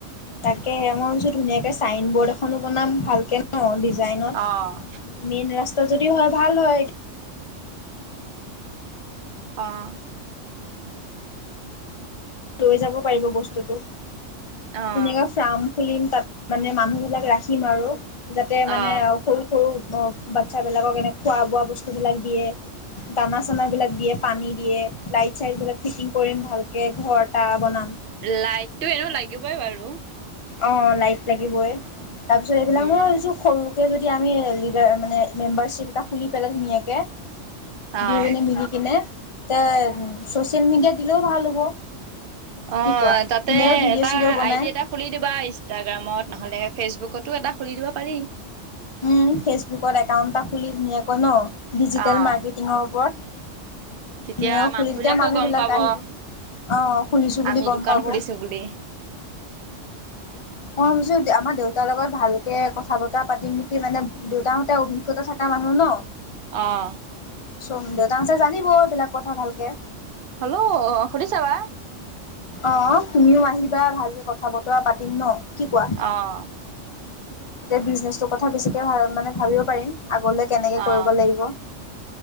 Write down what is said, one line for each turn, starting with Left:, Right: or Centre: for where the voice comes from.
Left: তাকেহে মই ধুনীয়াকে চাইন বৰ্ড এখনো বনাম ভালকে ন। লাইনত,
Right: অ'
Left: মেইন ৰাস্তা যদি হয় ভাল হয়।
Right: অ'।
Left: তুমি যাব পাৰিব বস্তুটো
Right: অ'
Left: ধূনীকে ফ্ৰাম খুলিম তাত মানে মানুহবিলাক ৰাখিম আৰু যাতে
Right: অ',
Left: মানে সৰু সৰু। অ', বাচ্ছাবিলাকক এনে খোৱা বোৱা বস্তুবিলাক দিয়ে, দানা চানাবিলাক দিয়ে, পানী দিয়ে। লাইট চাইটবিলাক ফিটিং কৰিম ভালকৈ ঘৰ এটা। বনাম
Right: লাইটতটো এনেওঁ লাগিবই বাৰু।
Left: অ 'লাইট লাগিবই তাৰপিছত, এইবিলাক
Right: উম,
Left: মই এইযোৰ সৰু। ত ই যদি আমি লিডাৰ মানে মেম্বাৰশ্বিপ এটা খুলি পেলাই ধুনীয়াকে। কবিয়ে
Right: অ',
Left: দুইজনীয়ে মিলি কিনে। তেওঁ চচিয়েল মিডিয়া দিলেও ভাল হ'ব।
Right: অ,
Left: কি কোৱা?
Right: ' তাতে
Left: ধুনীয়াকৈ ভিডিঅ'
Right: এটা
Left: চিডিঅ' বনাই
Right: আইডি এটা খুলি দিবা। ইষ্টাগ্ৰামত নহ'লে ফেচবুকতো এটা খুলি দিব পাৰি।
Left: ওহ, ফেচবুকত একাউণ্ট। এটা খুলি ধুনীয়াকৈ ন ডিজিটেল
Right: অ',
Left: মাৰ্কেটিঙৰ ওপৰত
Right: তেতিয়া
Left: নেওঁ খুলি
Right: মানুহবিলাকো
Left: তেতিয়া মানুহ
Right: গম
Left: বিলাক
Right: পাব
Left: আহিব। অ, খুনিছো বুলি
Right: আমি
Left: গম
Right: দোকান
Left: পাব
Right: খুলিছোঁ
Left: ওহ,
Right: বুলি।
Left: মই ভাবিছো। আমাৰ দেউতাৰ লগত ভালকে কথা বতৰা পাতিম নেকি মানে দেউতাহতে অভিজ্ঞতা থকা মানুহ ন।
Right: অহ'।
Left: চ' দেউতাহঁতে জানিৱ এইবিলাক কথা ভালকে
Right: হেল্ল'। শুনিচাবা।
Left: অহ' তুমিও আহিবা ভালকে কথা বতৰা পাতিম ন। কি কোৱা?
Right: অহ'।
Left: এতিয়া বিজনেচটোৰ কথা বেছিকে ভা মানে ভাবিব পাৰিম, আগলৈ কেনেকে কৰিব
Right: অ',
Left: লাগিব।